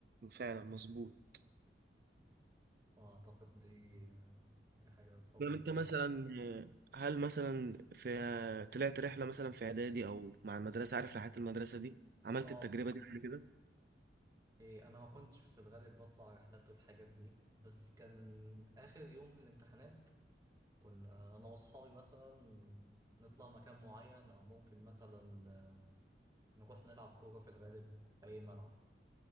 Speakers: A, on the right; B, on the right.
A: فعلا مظبوط
B: اه اعتقد دي دي حاجة طب
A: طب انت مثلا آه، هل مثلا في طلعت رحلة مثلا في اعدادي او مع المدرسة عارف رحلات المدرسة دي عملت
B: اه
A: التجربة
B: آه.
A: دي قبل كده
B: إيه انا ما كنتش في الغالب بطلع رحلات والحاجات دي بس كان اخر يوم في الامتحانات كنا انا واصحابي مثلا نطلع مكان معين او ممكن مثلا نروح نلعب كورة في الغالب في أي ملعب